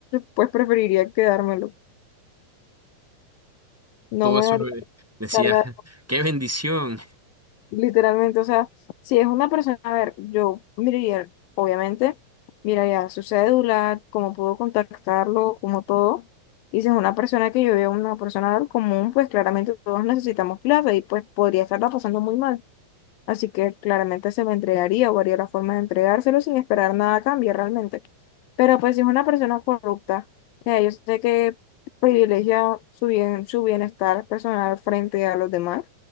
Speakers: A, on the left; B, in the centre.
A: pues preferiría quedármelo. No
B: Todo
A: me
B: eso
A: daría
B: eh, decía,
A: carga.
B: <laughs> qué bendición.
A: Literalmente, o sea, si es una persona, a ver, yo miraría, obviamente, miraría su cédula, cómo puedo contactarlo, como todo. Y si es una persona que yo veo, una persona común, pues claramente todos necesitamos plata y pues podría estarla pasando muy mal. Así que claramente se lo entregaría o haría la forma de entregárselo sin esperar nada a cambio realmente. Pero pues si es una persona corrupta, que yo sé que privilegia su bien, su bienestar personal frente a los demás,